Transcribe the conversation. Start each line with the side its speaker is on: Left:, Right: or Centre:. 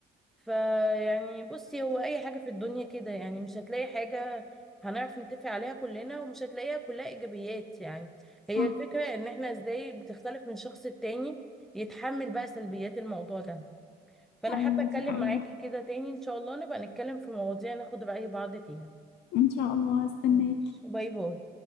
Centre: فيعني بصي هو أي حاجة في الدنيا كده يعني مش هتلاقي حاجة هنعرف نتفق عليها كلنا ومش هتلاقيها كلها إيجابيات يعني
Left: صح
Centre: هي الفكرة إن احنا إزاي بتختلف من شخص التاني يتحمل بقى سلبيات الموضوع ده فانا
Left: أيوة
Centre: حابه اتكلم
Left: دي حقيقة
Centre: معاكي كده تاني ان شاء الله نبقى نتكلم في مواضيع ناخد رأي بعض فيها
Left: إن شاء الله هستناك
Centre: ماشي. باي باي